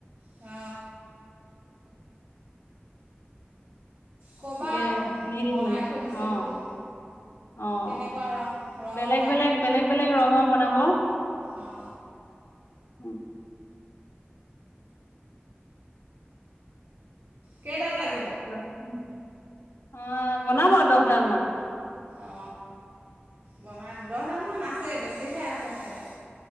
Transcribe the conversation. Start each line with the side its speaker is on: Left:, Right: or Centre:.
Right: অ।
Left: <inaudible>
Right: ক'বা
Left: একে
Right: আৰু
Left: নি দিম
Right: বনাই
Left: মানে।
Right: থৈ দিছে
Left: অ',
Right: বুলি
Left: অ',
Right: কেনেকুৱা ৰং ৰঙৰ
Left: বেলেগ-বেলেগ-বেলেগ-বেলেগ ৰঙৰ বনাব ব
Right: অ।
Left: উম। <unintelligible>
Right: কেই ডাল লাগ
Left: <unintelligible> অ', বনাব দহডাল মান।
Right: অ। বনাম, দহ ডাল মান আছ বেছিহে আছে চাগে।